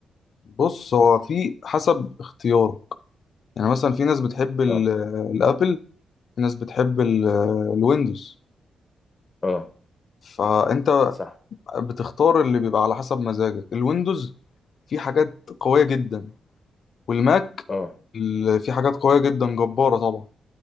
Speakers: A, on the left (about 65°); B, on the left (about 30°).
A: بص هو في حسب اختيارك يعني مثلا في ناس بتحب ال-
B: اه
A: الابل في ناس بتحب ال- الويندوز
B: اه
A: فانت
B: صح
A: بتختار اللي بيبقى على حسب مزاجك الويندوز في حاجات قوية جدا والماك
B: اه
A: ال- في حاجات قوية جدا جبارة طبعا